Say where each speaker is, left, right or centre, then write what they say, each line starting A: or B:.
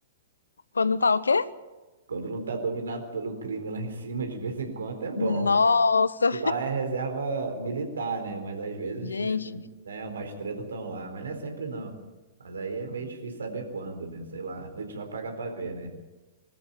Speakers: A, on the left; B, on the right.
A: quando tá o quê?
B: Quando não tá dominado pelo crime lá em cima, de vez em quando, é bom.
A: Nossa,
B: Que lá é reserva militar, né? Mas às vezes
A: gente,
B: os, né, umas tretas estão lá, mas não é sempre não. Mas aí é meio difícil saber quando, né? Sei lá, <laughs> a gente vai pagar pra ver, né?